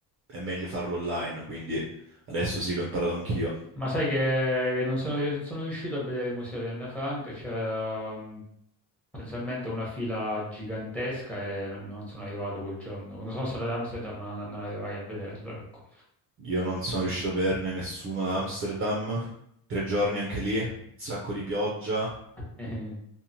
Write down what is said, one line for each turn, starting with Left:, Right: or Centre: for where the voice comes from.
Right: è meglio farlo online, quindi adesso sì, l'ho imparato anch'io.
Centre: Ma sai che non sono, non sono riuscito a vedere il museo di Anna Frank, c'era mm, potenzialmente una fila gigantesca e non non sono arrivato quel giorno. Quando sono stato ad Amsterdam non, non arrivai a vederlo, ecco.
Right: Io non sono riuscito a averne nessuno ad Amsterdam, tre giorni anche lì, un sacco di pioggia,
Centre: <laughs>